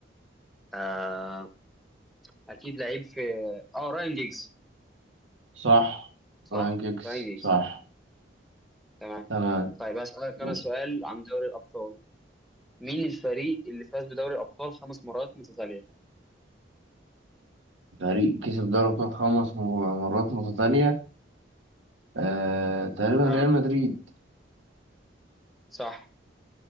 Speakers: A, in the centre; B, on the right.
A: آه أكيد لعيب في اه راين جيجز
B: صح
A: صح
B: راين جيكس
A: راين جيجز
B: صح
A: تمام
B: تمام
A: طيب هسألك
B: ماشي.
A: أنا سؤال عن دوري الأبطال مين الفريق اللي فاز بدوري الأبطال خمس مرات متتالية
B: فريق كسب دوري ابطال خمس مرات متتاليه آه، تقريبا
A: اه
B: ريال مدريد
A: صح